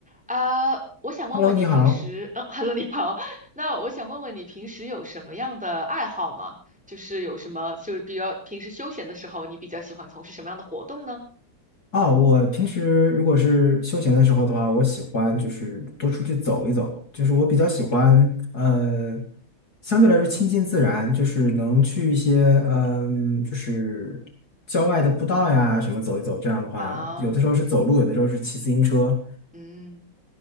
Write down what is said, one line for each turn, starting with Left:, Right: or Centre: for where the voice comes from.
Centre: 啊，我想问问你平时，
Left: Hello，你好。
Centre: 嗯，Hello，<laughs> 你好。<laughs> 那我想问问你平时有什么样的爱好吗？就是有什么，就是比较平时休闲的时候，你比较喜欢从事什么样的活动呢？
Left: 哦，我平时如果是休闲的时候的话，我喜欢就是多出去走一走，就是我比较喜欢，呃，相对来说亲近自然，就是能去一些，嗯、就是郊外的步道呀什么走一走。这样的话，
Centre: 啊
Left: 有的时候是走路，有的时候是骑自行车，
Centre: 嗯，